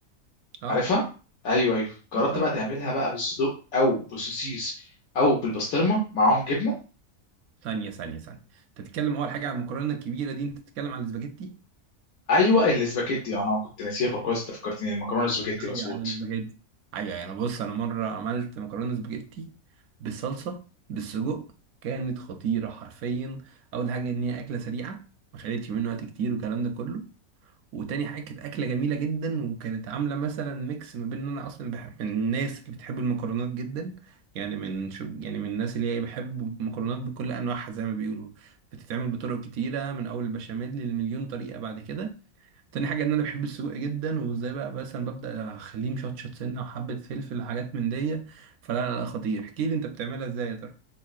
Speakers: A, on the right (about 80°); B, on the left (about 85°).
A: اه
B: عارفها ايوه ايوه جربت
A: ايوه أيوة.
B: بقى تعملها بقى بالصدق او بالسوسيس او بالبسطرمه معاهم جبنه
A: ثانيه ثانيه ثانيه انت بتتكلم اول حاجه عن المكرونه الكبيره دي انت بتتكلم عن الاسباجيتي
B: ايوه الاسباجيتي انا كنت ناسيها كويس انت فكرتني المكرونه الاسباجيتي
A: ايوه
B: مظبوط
A: ايوه الاسباجيتي ايوه انا بص انا مره عملت مكرونه سباجيتي بالصلصه بالسجق كانت خطيره حرفيا اول حاجه ان هي اكله سريعه ما خدتش مني وقت كتير والكلام ده كله وتاني حاجة كانت أكلة جميلة جدا وكانت عاملة مثلا ميكس ما بين إن أنا أصلا بحب من الناس اللي بتحب المكرونات جدا يعني من شو يعني من الناس اللي هي بحب المكرونات بكل أنواعها زي ما بيقولوا بتتعمل بطرق كتيرة من أول البشاميل للمليون طريقة بعد كده تاني حاجة إن أنا بحب السجق جدا وإزاي بقى مثلا ببدأ أخليه مشطشط سنة وحبة فلفل وحاجات من دي فلا لا لا خطير احكيلي أنت بتعملها إزاي يا ترى